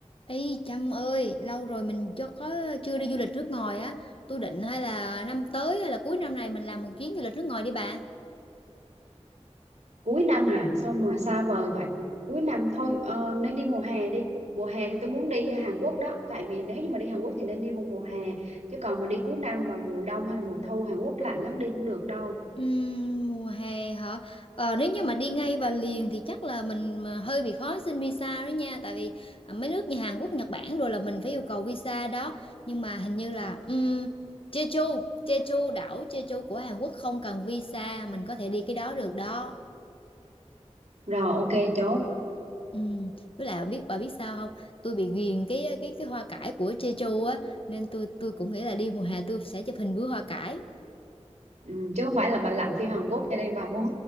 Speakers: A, on the left; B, on the right.
A: Ý Trâm ơi, lâu rồi mình chưa có chưa đi du lịch nước ngoài á. Tôi định hay là năm tới hay là cuối năm này mình làm một chuyến du lịch nước ngoài đi bà.
B: cuối năm à sao mà xa vời vậy cuối năm thôi ờ, nên đi mùa hè đi mùa hè thì tôi muốn đi Hàn Quốc đó tại vì nếu như mà đi Hàn Quốc thì nên đi vào mùa hè chứ còn mà đi cuối năm vào mùa đông hay là mùa thu Hàn Quốc lạnh lắm đi không được đâu
A: Ừm, mùa hè hả? Ờ, nếu như mà đi ngay và liền thì chắc là mình mà hơi bị khó xin visa đó nha, tại vì à, mấy nước như Hàn Quốc, Nhật Bản rồi là mình phải yêu cầu visa đó. Nhưng mà hình như là
B: Ờ.
A: um, Jeju, Jeju đảo Jeju của Hàn Quốc không cần visa, mình có thể đi cái đó được đó.
B: rồi ok chốt
A: Ừ, với lại bà biết bà biết sao không tôi bị ghiền cái cái cái hoa cải của Jeju á nên tôi tôi cũng nghĩ là đi mùa hè tôi sẽ chụp hình với hoa cải
B: ừ, chứ không phải là bà lặn phim Hàn Quốc cho nên bà muốn